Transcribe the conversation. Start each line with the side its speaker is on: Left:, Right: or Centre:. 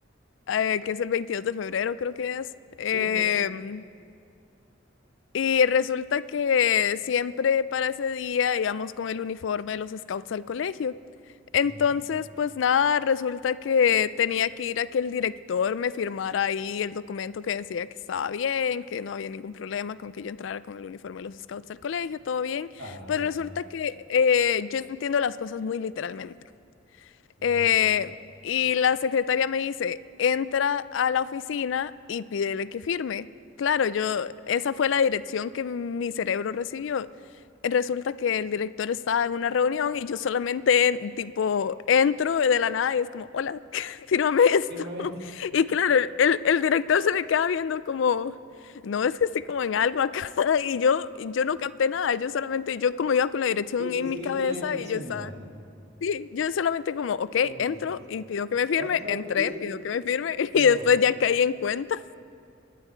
Left: eh, que es el 22 de febrero, creo que es. em,
Right: Sí, parece.
Left: y resulta que siempre para ese día íbamos con el uniforme de los scouts al colegio. Entonces,
Right: Ya.
Left: pues nada, resulta que tenía que ir a que el director me firmara ahí el documento que decía que estaba bien, que no había ningún problema con que yo entrara con el uniforme de los scouts al colegio, todo bien.
Right: Claro, impecable.
Left: Pues resulta que eh, yo entiendo las cosas muy literalmente.
Right: Ya.
Left: Eh, y la secretaria me dice, entra a la oficina y pídele que firme. Claro, yo, esa fue la dirección que mi cerebro recibió. Resulta que el director estaba en una reunión y yo solamente, en- tipo, entro de la nada y es como, hola, <laughs> fírmame esto.
Right: Firma esta.
Left: <laughs> Y claro, el, el- el director se me queda viendo como, no, es que estoy como en algo acá. <laughs> Y yo, yo no capté nada, yo solamente, yo como iba con la dirección
Right: Tú,
Left: en
Right: tú seguiste
Left: mi cabeza
Right: la instrucción
Left: y yo estaba...
Right: nomás.
Left: Sí, yo solamente como, ok,
Right: Oh
Left: entro
Right: my God.
Left: y pido que me firme,
Right: Otro,
Left: entré,
Right: pido
Left: pido que me firme <laughs>
Right: y
Left: y
Right: me
Left: después
Right: voy.
Left: ya caí en cuenta.